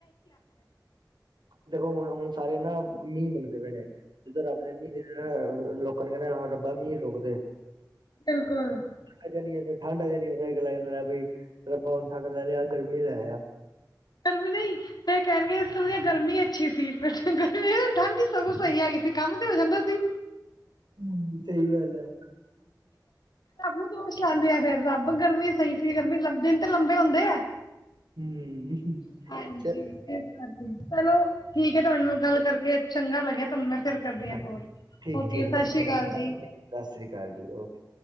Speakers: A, on the right; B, on the left.
A: ਦੇਖੋ ਹੁਣ ਹੁਣ ਸਾਰੇ ਨਾ ਮੀਂਹ ਮੰਗਦੇ ਪਏ ਨੇ ਜਿੱਧਰ ਰੱਬ ਨੇ ਮੀਂਹ ਦੇਣਾ। ਹੁਣ ਕਹਿਦੇ ਹਾਏ ਰੱਬਾ ਮੀਹ ਰੋਕਦੇ।
B: ਬਿਲਕੁਲ
A: ਆ ਜਾਣੀ ਫਿਰ ਠੰਡ ਆ ਜਾਣੀ ਫਿਰ‌ ਗੱਲਾਂ ਲੈ ਬਈ ਰੱਬਾ ਹੁਣ ਠੰਡ ਲੈ ਲਿਆ ਦੇ ਐ ਗਰਮੀ ਲੈ ਆ।
B: ਕਰ ਵੀ ਨਹੀ ਫੇਰ ਕਹਿਣਗੇ ਇਸ ਤੋਂ ਵਧੀਆ ਗਰਮੀ ਅੱਛੀ ਸੀ ਫੇਰ ਗਰਮੀ <inaudible> ਆ ਗੀ ਫੇਰ ਠੰਢ ਹੀ ਸਗੋਂ ਸਹੀ ਹੈਗੀ ਸੀ ਕੰਮ ਤੇ ਹੋ ਜਾਂਦਾ ਸੀ।
A: ਹੂੰ ਸਹੀ ਗੱਲ ਏ। <inaudible>
B: ਰਬ ਨੂੰ ਦੋਸ਼ ਲਾਦੇ ਆ ਫੇਰ ਰੱਬ ਗਰਮੀ ਸਹੀ ਸੀ ਗਰਮੀ ਦਿਨ ਤੇ ਲੰਬੇ ਹੁੰਦੇ ਆ।
A: ਹੂੰ <inaudible>
B: <inaudible> ਹਾਂਜੀ
A: ਚਲ
B: ਇਸ ਕਰਕੇ ਚਲੋ ਠੀਕ ਹੈ ਤੁਹਾਨੂੰ ਗੱਲ ਕਰਕੇ ਚੰਗਾ ਲੱਗਿਆ ਤੁਹਾਨੂੰ ਮੈਂ ਫੇਰ ਕਰਦੀ
A: ਹਾਂਜੀ
B: ਹਾਂ ਕੋਲ
A: ਠੀਕ
B: ਓਕੇ
A: ਠੀਕ
B: ਸਤਿ ਸ਼੍ਰੀ
A: ਐ।
B: ਅਕਾਲ ਜੀ।
A: ਸਤਿ ਸ਼੍ਰੀ ਅਕਾਲ ਜੀ ਓਕੇ